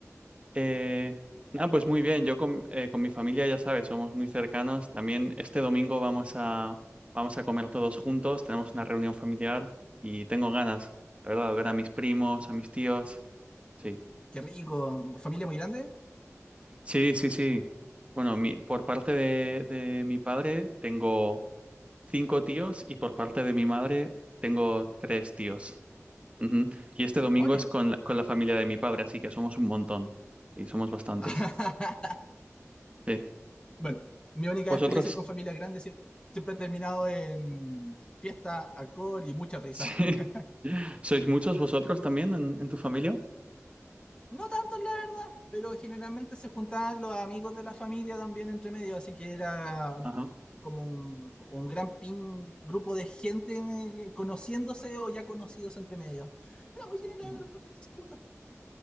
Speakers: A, on the right; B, on the left.
A: Eh, nada, pues muy bien. Yo con, eh, con mi familia, ya sabes, somos muy cercanos. También este domingo vamos a, vamos a comer todos juntos. Tenemos una reunión familiar y tengo ganas, la verdad, de ver a mis primos, a mis tíos. Sí,
B: Qué rico, familia muy grande,
A: sí, sí, sí. Bueno, mi- por parte de, de mi padre tengo cinco tíos y por parte de mi madre tengo tres tíos. Ujú. Y este
B: demonios.
A: domingo es con, la- con la familia de mi padre, así que somos un montón. Sí, somos bastantes.
B: <laughs>
A: Sí.
B: Bueno, mi única
A: ¿Vosotros?
B: experiencia con familias grandes sie- siempre, ha terminado en fiesta, alcohol y mucha risa.
A: Sí.
B: <laughs>
A: <laughs> ¿Sois muchos vosotros también en, en tu familia?
B: No tantos, la verdad, pero generalmente se juntaban los amigos de la familia también entre medio, así que era
A: Ajá,
B: como un, un gran pin, grupo de gente eh, conociéndose o ya conocidos entre medio. Era muy general
A: ajá.
B: las cosas que se juntan.